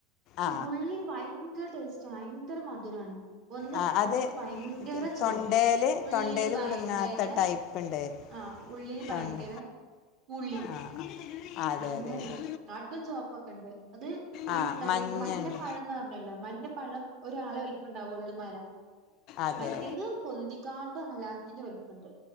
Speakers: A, on the right; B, on the left.
A: പക്ഷെ
B: ആ
A: ബുള്ളി ഭയങ്കര ടേസ്റ്റാഭയങ്കര മധുരാണ് ഒന്ന്
B: ആ
A: പൊറത്ത്
B: അത്
A: ഭയങ്കര ചോപ്പ്
B: തൊണ്ടയിൽ
A: ഉള്ളില്
B: തൊണ്ടയിൽ
A: ഭയങ്കര
B: കുടുങ്ങാത്ത ടൈപ്പ് ഉണ്ട്
A: അഹ് ഉള്ളില്
B: തൊണ്ട
A: ഭയങ്കര പുള്ളി
B: ആ ആ അതെ
A: അങ്ങനെ
B: അതെ അതെ
A: കടും ചോപ്പൊക്കെണ്ട് അത്
B: ആ
A: ഈ കടി
B: മഞ്ഞുണ്ട്
A: മഞ്ഞപ്പഴം എന്ന് പറഞ്ഞല്ലോ മഞ്ഞപ്പഴം ഒരാളെ വല്പ്പണ്ടാവൊ ള്ളു മരം
B: അതെ
A: മറ്റേത് പൊന്തിക്കാണ്ട് ഹലാക്കിന്റെ വൽപ്പണ്ട്